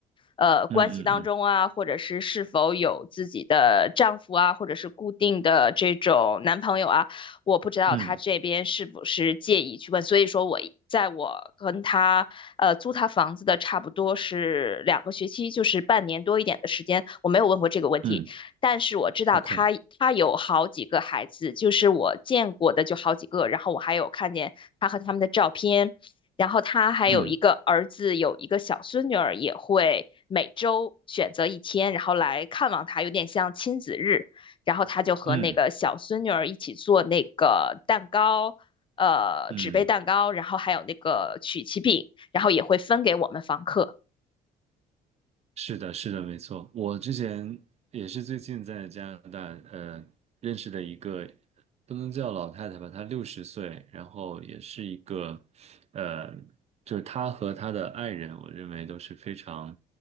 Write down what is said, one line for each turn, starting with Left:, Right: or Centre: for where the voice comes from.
Left: 呃关系当中啊，
Right: 嗯嗯
Left: 或者是是否有自己的丈夫啊，或者是固定的这种男朋友啊，我不知道他这边是不是介意去问，
Right: 嗯嗯
Left: 所以说我在我跟他呃租他房子的差不多是两个学期，就是半年多一点的时间，我没有问过这个问题，
Right: 嗯
Left: 但是我知道他他有好几个孩子，
Right: ，OK，
Left: 就是我见过的就好几个，然后我还有看见他和他们的照片。然后他还有一个儿子，
Right: 嗯
Left: 有一个小孙女儿，也会每周选择一天，然后来看望他，有点像亲子日。然后他就和那个小孙女儿一起做那个蛋糕，
Right: 嗯嗯。
Left: 呃，
Right: 嗯
Left: 纸杯蛋糕，然后还有那个曲奇饼，然后也会分给我们房客。
Right: 是的，是的，没错。我之前也是最近在加拿大，呃，认识的一个不能叫老太太吧，她六十岁，然后也是一个，呃，就是她和她的爱人，我认为都是非常，